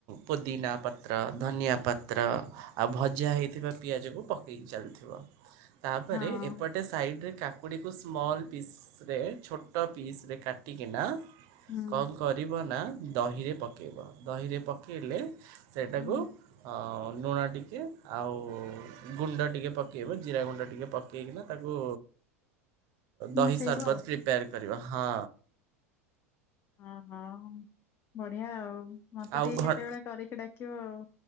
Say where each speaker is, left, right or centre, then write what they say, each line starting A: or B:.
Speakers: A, on the right (about 45°); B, on the left (about 30°).
A: ପୁଦିନା ପତ୍ର, ଧନିଆ ପତ୍ର, ଆଉ ଭଜା ହୋଇଥିବା ପିଆଜକୁ ପକେଇକି ଚାଲୁଥିବ। ତା ପରେ
B: ହଁ
A: ଏପଟେ ସାଇଡ ରେ କାକୁଡ଼ି କୁ ସ୍ମଲ୍ ପିସ ରେ ଛୋଟ ପିସରେ କାଟିକିନା
B: ହୁଁ
A: କଣ କରିବ ନା। ଦହିରେ ପକାଇବ ଦହିରେ ପକାଇଲେ ସେଇଟାକୁ
B: ହୁଁ
A: ଅ ଲୁଣ ଟିକେ ଆଉ ଗୁଣ୍ଡ ଟିକେ ପକେଇବ ଆଉ ଜିରା ଗୁଣ୍ଡ ଟିକେ ପକେଇକିନା ତାକୁ ଦହି
B: ମିଶେଇବ
A: ଶର୍ବତ ପ୍ରି କରିବା ହଁ।
B: ହଁ ହଁ। ବଢିଆ ଆଉ ମତେ
A: ଆଉ
B: ଟିକେ
A: ଘ
B: କେତେବେଳେ କରିକି ଡାକ କି ଅ ଆଉ